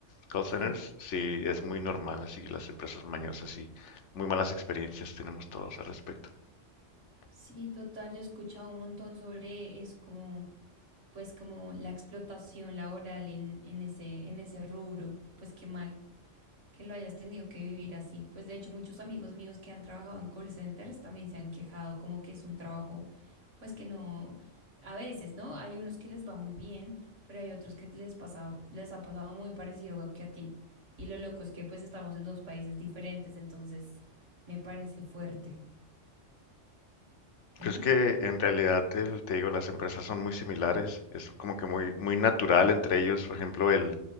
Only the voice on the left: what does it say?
Call
centers, sí, es muy normal, así las empresas mañosas y muy malas experiencias tenemos todos al respecto.
Pues que en realidad, el- te digo, las empresas son muy similares, es como que muy, muy natural entre ellos, por ejemplo, el,